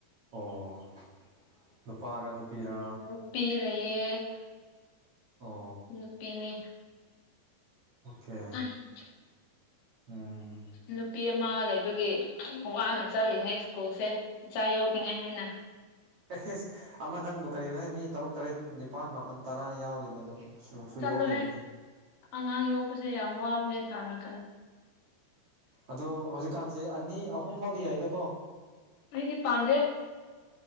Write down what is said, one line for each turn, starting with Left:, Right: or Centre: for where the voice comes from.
Right: ꯑꯣ ꯅꯨꯄꯥꯔ ꯅꯨꯄꯤꯔ
Left: ꯅꯨꯞꯄꯤ ꯂꯩꯌꯦ
Right: ꯑꯣ
Left: ꯅꯨꯄꯤꯅꯦ
Right: ꯑꯣꯀꯦ
Left: <unintelligible>
Right: ꯎꯝ
Left: ꯅꯨꯞ ꯄꯤ ꯑꯃ ꯂꯩꯕꯒꯤ ꯋꯥꯅ ꯆꯠꯂꯤꯝꯅꯦ ꯁ꯭ꯀꯨꯜꯁꯦ ꯏꯆꯥ ꯌꯣꯛꯅꯤꯡꯉꯥꯏ ꯍꯥꯏꯅ
Right: ꯑꯦ ꯍꯤꯁ ꯑꯃꯗꯪꯕꯨ ꯀꯔꯤꯅꯣꯍꯦ ꯃꯤ ꯇꯔꯨꯛ ꯇꯔꯦꯠ ꯅꯤꯄꯥꯜ ꯃꯥꯄꯜ ꯇꯔꯥ ꯌꯥꯎꯔꯤꯕꯗꯨ ꯁꯨ
Left: ꯆꯠꯂꯣꯍꯦ
Right: ꯌꯧꯗ꯭ꯔꯤꯕꯅꯤ
Left: ꯑꯉꯥꯡ ꯌꯣꯛꯄꯁꯦ ꯌꯥꯝ ꯋꯥꯕꯅꯦ ꯊꯥ <unintelligible>
Right: ꯑꯗꯣ ꯍꯧꯖꯤꯛꯀꯥꯟꯁꯦ ꯑꯅꯤ ꯑꯍꯨꯝ ꯐꯥꯎꯗꯤ ꯌꯥꯏꯗꯀꯣ
Left: ꯑꯩꯗꯤ ꯄꯥꯝꯗꯦ